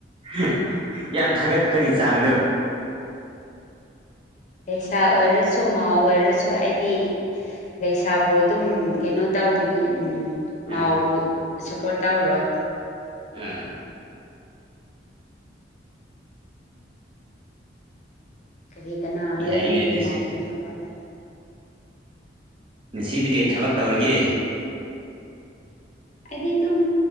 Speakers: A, on the right; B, on the left.
A: ꯍ ꯌꯥꯝ ꯊꯥꯒꯠꯄꯒꯤ ꯆꯥꯡꯗꯨ
B: ꯂꯩꯁꯥ ꯑꯣꯏꯔꯁꯨ ꯃꯥꯎ ꯑꯣꯏꯔꯁꯨ ꯍꯥꯏꯗꯤ ꯂꯩꯁꯥꯕꯨ ꯑꯗꯨꯝ ꯀꯩꯅꯣ ꯇꯧꯒꯅꯤ ꯃꯥꯎꯕꯨ
A: ꯑꯥ
B: ꯁꯞꯄꯣꯔꯠ ꯇꯧꯔꯣꯏ
A: ꯑꯥ
B: ꯀꯔꯤ ꯀꯅꯥꯕ
A: ꯌꯥꯏꯅꯦ
B: ꯂꯩꯒꯦ
A: ꯑꯗꯨꯁꯨ
B: ꯃꯥꯎꯕ ꯆꯠꯄꯗ
A: ꯉꯁꯤꯗꯤ ꯀꯔꯤ ꯊꯕꯛ ꯇꯧꯔꯒꯦ
B: ꯑꯩꯗꯤ ꯑꯗꯨꯝ